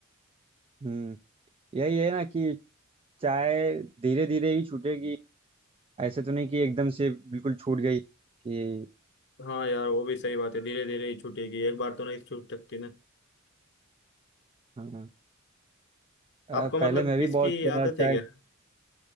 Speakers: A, on the right (about 25°); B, on the left (about 55°).
A: हम्म यही है ना कि चाय धीरे धीरे ही छूटेगी ऐसे तो नहीं कि एकदम से बिल्कुल छूट गई कि
B: हाँ यार वो भी सही बात है धीरे धीरे ही छूटेगी एक बार तो नहीं छूट सकती ना
A: हाँ अ,
B: आपको मतलब
A: पहले मैं भी
B: इसकी
A: बहुत ज़्यादा
B: आदत
A: चाय
B: है क्या